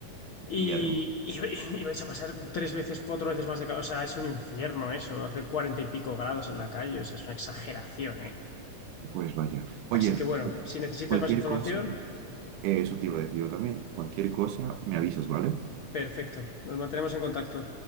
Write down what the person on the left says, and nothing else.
y,
y, y vais a pasar tres veces, cuatro veces más de calor. O sea, es un infierno eso, hace cuarenta y pico grados en la calle. O sea, es una exageración, eh.
Así que bueno, si necesitas
más información,
perfecto. Nos mantenemos en contacto.